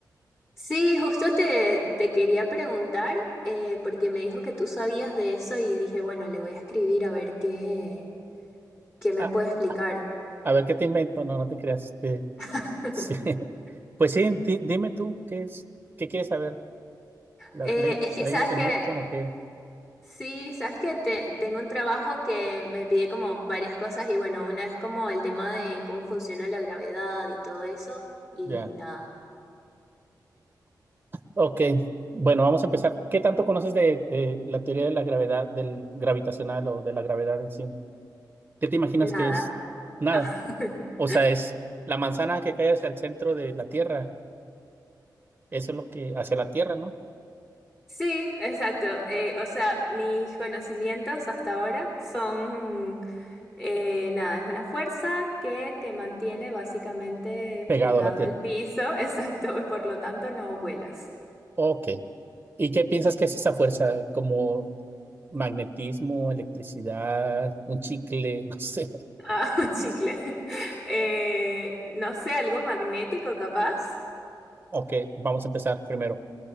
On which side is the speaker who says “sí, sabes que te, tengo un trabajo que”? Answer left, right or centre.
Left